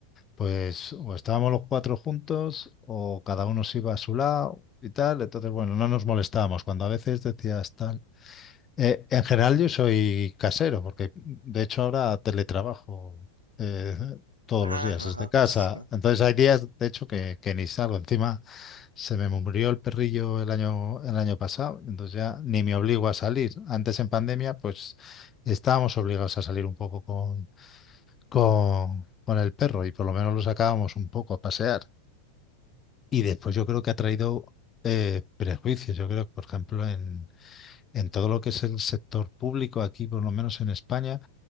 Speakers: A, on the left; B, on the right.
A: pues o estábamos los cuatro juntos o cada uno se iba a su lado y tal, entonces bueno, no nos molestábamos. Cuando a veces decías tal. Eh, en general yo soy casero, porque de hecho ahora teletrabajo eh, todos
B: Ajá,
A: los días
B: ajá,
A: desde casa.
B: sí.
A: Entonces hay días, de hecho, que, que ni salgo. Encima se me murió el perrillo el año, el año pasado, entonces ya ni me obligo a salir. Antes en pandemia, pues estábamos obligados a salir un poco con, con, con el perro y por lo menos lo sacábamos un poco a pasear. Y después yo creo que ha traído eh, prejuicios. Yo creo, que, por ejemplo, en en todo lo que es el sector público, aquí por lo menos en España,